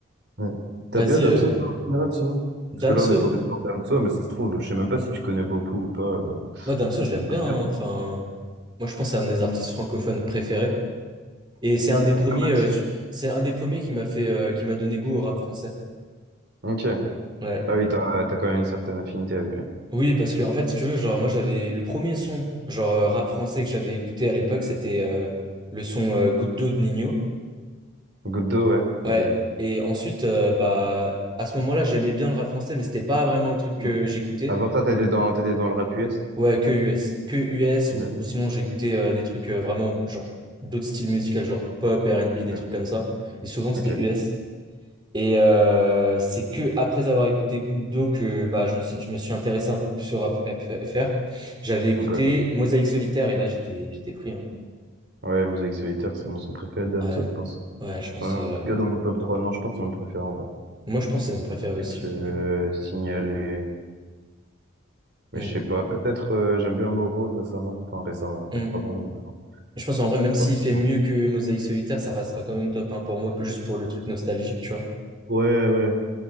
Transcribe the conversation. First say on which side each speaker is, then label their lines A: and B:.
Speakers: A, on the right (about 55°); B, on the right (about 20°).
A: Ouais. T'as
B: Vas-y,
A: bien Damso,
B: euh,
A: toi, en général, sinon?
B: Damso.
A: Parce que là, on est tombé sur Damso, mais ça se trouve, je sais même pas si tu connais beaucoup ou pas. euh,
B: Moi, Damso, je l'aime
A: je peux
B: bien.
A: te
B: hein.
A: dire.
B: Enfin, moi, je pense que c'est un de mes artistes francophones préférés. Et c'est un des premiers,
A: Ouais, bah,
B: euh,
A: si.
B: su- c'est un des premiers qui m'a fait, euh, qui m'a donné goût au rap français.
A: Ok.
B: Ouais.
A: Ah oui, t'as t'as quand même une certaine affinité avec lui.
B: Oui, parce que en fait, si tu veux, genre moi j'avais le premier son, genre euh, rap français que j'avais écouté à l'époque, c'était euh, le son euh, Goutte d'eau de Nino.
A: Goudo, ouais. Ok.
B: Ouais. Et ensuite, euh, bah à ce moment-là, j'aimais bien le rap français, mais c'était pas vraiment le truc que
A: Mm.
B: j'écoutais.
A: Avant ça, t'étais dans, t'étais dans le rap US?
B: Ouais, que US, que US
A: Ok.
B: ou sinon j'écoutais euh, des trucs euh, vraiment genre d'autres styles musicaux, genre pop, R&B, des
A: Ouais,
B: trucs comme ça. Et souvent c'était
A: ok,
B: US. Et euh, c'est que après avoir écouté Goutte d'eau que bah, je me, suis- je me suis intéressé un peu plus au rap F- FR. J'avais écouté
A: ok.
B: Mosaïque Solitaire et là j'étais j'étais pris. hein.
A: Ouais, Mosaïque Solitaire, c'est mon son préféré de Damso,
B: Ouais,
A: je pense.
B: ouais, je pense.
A: Enfin,
B: euh,
A: en tout cas, dans mon top 3 non, je pense que c'est mon préféré en vrai.
B: Moi je pense que c'est mon préféré
A: Avec
B: aussi. hein.
A: euh, Signal et. Mais
B: Mm,
A: je sais pas, peut-être euh, j'aime bien Moro récemment. Enfin, récemment, il
B: mm.
A: y a 3 ans ou 2 ans.
B: Je pense en vrai, même s'il
A: Ouais, trois
B: fait mieux
A: ans.
B: que Mosaïque Solitaire, ça restera quand même top 1 pour moi, juste pour le truc nostalgique, tu vois.
A: ouais. ouais.